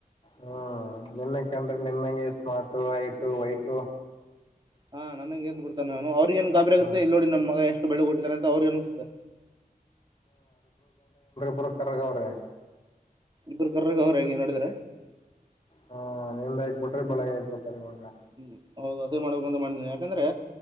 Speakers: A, on the left; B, on the right.
A: ಹ್ಮ್ ನಿನ್ನಕಂದ್ರೆ ನಿನ್ನಗೆ ಸ್ಮಾರ್ಟು ಐಟು ವೈಟು
B: ಹಾ ನನ್ಂಗಗೆಂದ್ ಬಿಡ್ತಾನ ನು ಅವ್ರಿಗ ಏನ್ ಗಾಬರಿ
A: ಹಾ
B: ಆಗೆ ಇಲ್ ನಡಿ ನಮ್ಮ ಮಗ ಎಷ್ಟ್ ಬೆಳೆ ಕೊಟ್ಟಿದ್ದಾರೆ ಅಂತ ಅವ್ರಿಗೆ ಅನಿಸುತ್ತೆ
A: ಬ್ಬರು ಕರಗ ಅವ್ರೆ
B: ಇಬ್ಬರು ಕರ್ರಗ ಅವರ ಹೆಂಗೆ ನೋಡಿದ್ರ
A: ಹಾ ನಿಲ್ದಕ್ಬಿಟ್ರೆ ಬೆಳಗ್ ಆಬಿಡ್ತಾರ ಇವಾಗ
B: ಹ್ಮ್ ಹೌದು ಅದೇ ಮಾಡ್ಬೇಕಂತ ಮಾಡಿದೇನಿ ಯಾಕಂದ್ರೆ